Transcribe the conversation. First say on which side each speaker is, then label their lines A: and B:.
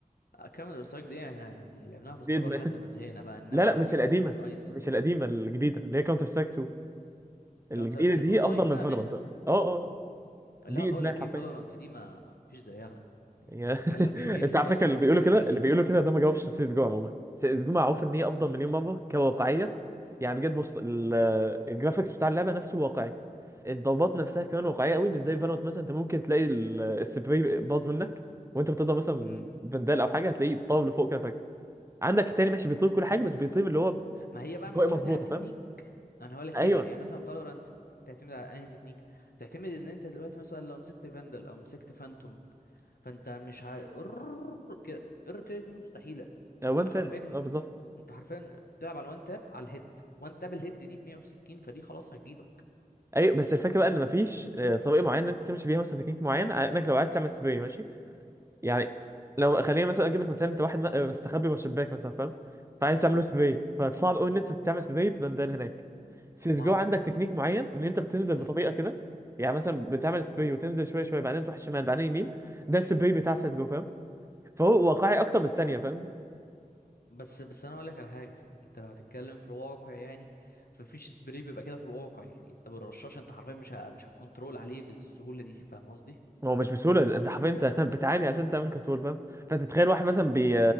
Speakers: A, on the left; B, on the right.
A: كاونتر سترايك دي احنا يعني لعبناها في الصبر
B: دي إدمان.
A: لحد ما زهقنا بقى
B: <laughs>
A: النووي
B: لا لا مش القديمه
A: والايس
B: مش
A: وكده
B: القديمه الجديده اللي هي كاونتر سترايك 2 الجديده
A: كاونتر الاونلاين
B: دي افضل من
A: بقى
B: فالورانت
A: منها
B: اه اه آه.
A: لا
B: دي
A: بقول
B: ادمان
A: لك
B: حرفيا
A: ايه فالورانت دي ما فيش زيها يعني
B: يا-
A: تتكلم
B: <laughs>
A: في الجيمز
B: انت على
A: فالورانت
B: فكره اللي بيقولوا
A: دي حاجة
B: كده
A: تانية
B: اللي بيقولوا كده ده ما جاوبش سي اس جو عموما سي اس جو معروف ان هي افضل مليون مره كواقعيه يعني بجد بص ال- الجرافيكس بتاع اللعبه نفسه واقعي الضربات نفسها كمان واقعيه قوي مش زي فالوت مثلا انت ممكن تلاقي ال- السبراي باظ منك وانت بتضرب مثلا
A: امم
B: فندال او حاجه هتلاقيه طار لفوق كده فجاه عندك التاني ماشي بيطير كل حاجه بس بيطير اللي هو
A: ما هي بقى معتمدة
B: طريقه مظبوطه
A: على التكنيك
B: فاهم
A: انا هقول لك
B: ايوه
A: ليه بقى يعني مثلا فالورانت تعتمد على انهي تكنيك تعتمد ان انت دلوقتي مثلا لو مسكت فاندل او مسكت فانتوم فانت مش ه... قرر كده قرر كده دي مستحيله
B: هو
A: انت
B: انت
A: حرفيا
B: اه بالظبط
A: انت حرفيا بتلعب على الوان تاب على الهيد وان تاب الهيد دي ب 160 فدي خلاص هتجيبك
B: ايوه بس الفكره بقى ان مفيش آه، طريقه معينه انت تمشي بيها مثلا تكنيك معين انك لو عايز تعمل سبراي ماشي يعني لو خلينا مثلا اجيب لك مثال انت واحد م- مستخبي جوه شباك مثلا فاهم فعايز
A: امم
B: تعمل له سبراي فصعب قوي ان انت تعمل سبراي في بندان هناك سيس
A: ما
B: جو
A: هو
B: عندك تكنيك معين ان انت بتنزل
A: امم
B: بطريقه كده يعني مثلا بتعمل سبراي وتنزل شويه شويه بعدين تروح شمال بعدين يمين ده السبراي بتاع سيس جو فاهم فهو واقعي اكتر من الثانيه فاهمني
A: بس بس انا هقول لك على حاجه انت لو هتتكلم في الواقع يعني فمفيش سبري بيبقى كده في الواقع يعني انت بالرشاش انت حرفيا مش ه... مش هتكنترول عليه بالسهوله دي فاهم قصدي
B: هو مش بسهوله انت حرفيا انت <laughs> بتعاني عشان تعمل كنترول فاهم فانت تخيل واحد مثلا بي